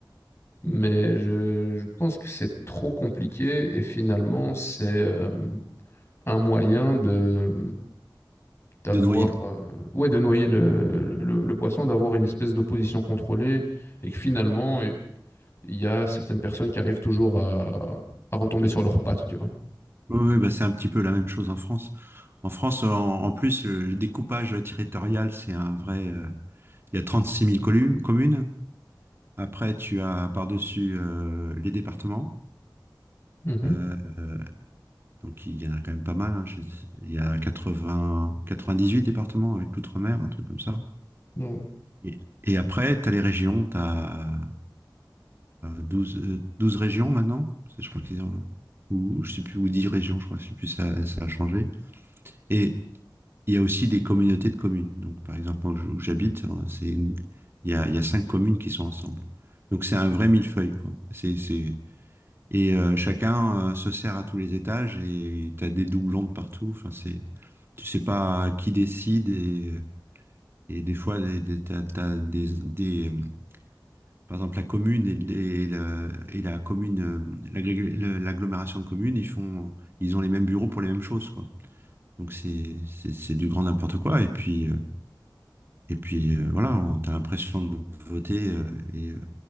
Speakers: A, on the left (about 35°); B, on the right (about 30°).
A: Mais je, je pense que c'est trop compliqué et finalement, c'est euh, un moyen de d'avoir
B: De noyer le
A: euh, ouais de noyer le, le, le poisson, d'avoir une espèce d'opposition contrôlée et que finalement il y a certaines personnes qui arrivent toujours à, à retomber sur leurs pattes, tu vois.
B: Oui, oui, bah, c'est un petit peu la même chose en France. En France, en, en plus, euh, le découpage territorial, c'est un vrai. euh, il y a 36 000 collu- communes. Après, tu as par-dessus euh, les départements.
A: Mhm.
B: Euh, euh, donc, il y en a quand même pas mal. hein. Je- Il y a quatre-vingt dix 98 départements avec l'outre-mer, un truc comme ça.
A: Non.
B: Et, et après, tu as les régions. Tu as, 12 euh, 12 régions maintenant. Parce que Je crois qu'ils ont. Ou, ou je sais plus, ou 10 régions, je crois, je sais plus, ça, ça a changé. Et, il y a aussi des communautés de communes. Donc, par exemple, moi, où j'habite, euh, c'est une- il y a, il y a cinq communes qui sont ensemble. Donc, c'est un vrai millefeuille, quoi. C'est, c'est... Et euh, chacun euh, se sert à tous les étages et tu as des doublons de partout. Enfin, c'est... Tu sais pas qui décide et, et des fois, des, des- t'as, t'as des, des, euh, par exemple, la commune et, le- et le- et la commune, euh, l'agrég- le- l'agglomération de communes, ils font, ils ont les mêmes bureaux pour les mêmes choses, quoi. Donc, c'est, c'est, c'est du grand n'importe quoi. Et puis, euh, Et puis euh, voilà, on- t'as l'impression de voter euh, et, euh,